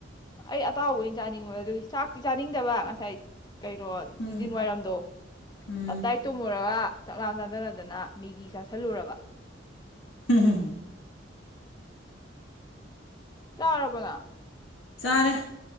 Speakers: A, on the left; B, on the left.
A: ꯑꯩ ꯑꯇꯥꯎꯕ ꯑꯣꯏꯅ ꯆꯥꯅꯤꯡꯕ ꯑꯗꯨꯒꯤ ꯆꯥꯛꯇꯤ ꯆꯥꯅꯤꯡꯗꯕ ꯉꯁꯥꯏ ꯀꯩꯅꯣ
B: ꯎꯝ
A: ꯅꯨꯡꯊꯤꯟ ꯋꯥꯏꯔꯝꯗꯣ
B: ꯎꯝ
A: ꯇꯞꯇꯥꯏ ꯇꯨꯝꯃꯨꯔꯒ ꯆꯥꯛꯂꯥꯝ ꯆꯥꯗꯠꯅꯗꯅ ꯃꯤꯒꯤ ꯆꯥꯥꯁꯜꯂꯨꯔꯕ
B: ꯍꯝ
A: ꯆꯥꯔꯕ ꯅꯪ
B: ꯆꯥꯔꯦ